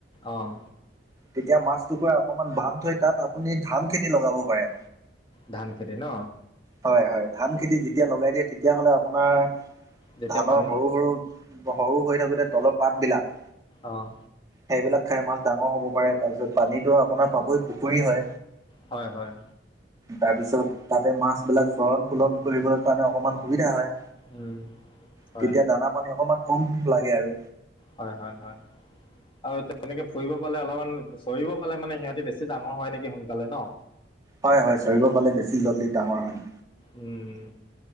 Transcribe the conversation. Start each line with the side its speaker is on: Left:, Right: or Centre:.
Left: অহ
Right: তেতিয়া মাছ টুকুৰা অকমান বান্ধ থৈ তাত আপুনি ধান খেতি লগাব পাৰে।
Left: ধান খেতি ন
Right: হয় হয় ধান খেতি যেতিয়া লগাই দিয়ে তেতিয়াহ'লে আপোনাৰ
Left: যেতিয়া
Right: ধানৰ
Left: পানী
Right: সৰু সৰু সৰু হৈ থাকোঁতে তলৰ পাতবিলাক
Left: অহ
Right: সেইবিলাক খাই মাছ ডাঙৰ হ'ব পাৰে তাৰ পিছত পানীতটো আপোনাৰ পাবই পুখুৰী হয়
Left: হয় হয়
Right: তাৰপিছত
Left: অঁ
Right: তাতে মাছ এইবিলাক চলণ ফুলন কৰিবলৈ কাৰণে অকমান সুবিধা হয়‌।
Left: উম, হয়
Right: তেতিয়া দানা পানী অকনমান কম লাগে আৰু
Left: হয় হয় হয় আৰু তেনেকে ফুৰিব পালে অলপমান চৰিব পালে মানে সিহঁতি বেছি ডাঙৰ হয় নেকি সোনকালে ন
Right: হয় হয় চৰিব পালে বেছি জল্দি ডাঙৰ হয়
Left: উম